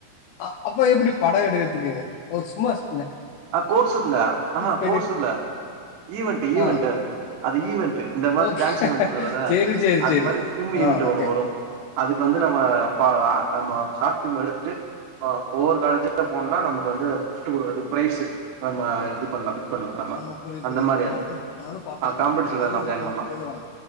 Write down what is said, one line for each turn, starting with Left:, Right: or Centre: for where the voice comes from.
Left: அ அப்போ எப்டி பாட எடுக்குறதுக்கு ஓ சும்மா சொ
Right: அஹ் கோர்ஸ்ஸு இல்ல ஆஹா
Left: கெரி
Right: கோர்ஸ் இல்ல ஈவென்ட்டு ஈவென்ட்டு
Left: ஆ
Right: அது பேர் அது ஈவென்ட்டு இந்த மாரி
Left: ஓகே
Right: டான்ஸ் ஈவென்ட்டு வருல்ல
Left: சேரி சேரி
Right: அது
Left: சேரி
Right: மாரி பிலிம்
Left: ஆ
Right: ஈவென்ட்டு
Left: ஓகே
Right: ஒண்ணு வரு அதுக்கு வந்து நம்ம பா அ நம்ம காஸ்டியும் எடுதுட்டு ஆஹ் ஒவ்வொரு காலேஜா போனோன்னா நமக்கு வந்து <unintelligible> ப்ரைஸு நம்ம இது பண்லட்டி பண்லா நம்ம
Left: ஆமா புரியுது
Right: அந்த
Left: புரியுது
Right: மாரி
Left: ஷார்ட்ஃபிலிம்
Right: அது
Left: நானு பாத்துருக்கே
Right: ஆ காம்படிஷன்ல
Left: காலேஜ்ல
Right: நா ஜாயின்
Left: அப்பப்ப
Right: பண்லாம்
Left: போடுவாங்க